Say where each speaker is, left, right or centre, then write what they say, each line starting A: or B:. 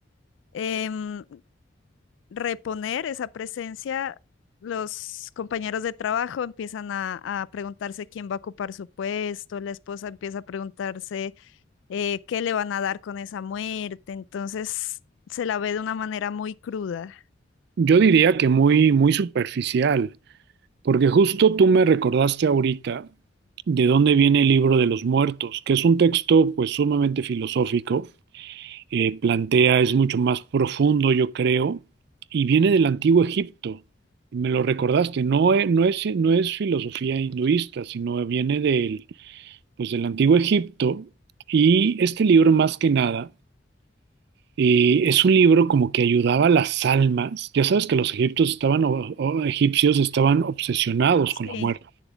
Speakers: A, on the left; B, on the right.
A: em, reponer esa presencia. Los compañeros de trabajo empiezan a, a preguntarse quién va a ocupar su puesto, la esposa empieza a preguntarse eh, qué le van a dar con esa muerte. Entonces se la ve de una manera muy cruda.
B: Yo diría que muy, muy superficial, porque justo tú me recordaste ahorita de dónde viene el libro de los muertos, que es un texto pues sumamente filosófico, eh, plantea, es mucho más profundo, yo creo, y viene del antiguo Egipto. Me lo recordaste, no, e- no es, no es filosofía hinduista, sino viene del, pues, del antiguo Egipto, y este libro más que nada Y es un libro como que ayudaba a las almas. Ya sabes que los egipcios estaban, o- o egipcios estaban obsesionados
A: Sí,
B: con la muerte.